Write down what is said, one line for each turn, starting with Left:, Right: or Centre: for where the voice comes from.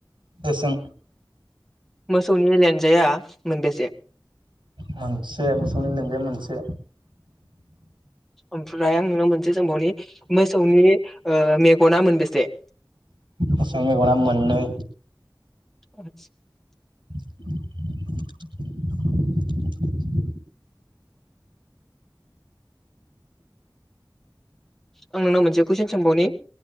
Right: दे‌ सों
Centre: मोसौनि लानजाइया मोनबेसे
Right: मोनसे मोसौनि लानजाइया मोनसे
Centre: ओमफ्राय आं नोंनाव मोनसे सोंबावनि मोसौनि ओ मेग गना मोनबेसे?
Right: मोसौनि मेगना मोननै।
Centre: आतसा।
Right: <inaudible>
Centre: आं नोंनाव मोनसे कुइसन सोंबावनि?